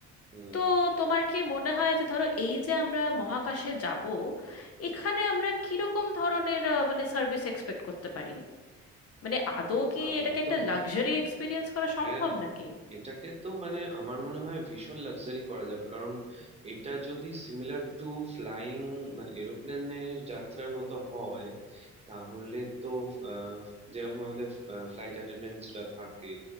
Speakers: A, on the right; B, on the left.
A: হুম
B: তো তোমার কি মনে হয় যে ধরো এই যে আমরা মহাকাশে যাব এখানে আমরা কিরকম ধরনের আহ, মানে সার্ভিস এক্সপেক্ট করতে পারি মানে আদৌ কি
A: আমার
B: এটাকে
A: তো
B: একটা লাক্সারি এক্সপিরিয়েন্স করা সম্ভব
A: হ্যাঁ
B: নাকি
A: এটাকে তো মানে আমার মনে হয় ভীষণ লাক্সারি করা যাবে কারণ এটা যদি সিমিলার টু ফ্লাইং মানে এরোপ্লেনের যাত্রার মতো হয় তাহলে তো আহ, যেরকম আমাদের ফ্লাইট অ্যাটেন্ডেন্টসরা থাকে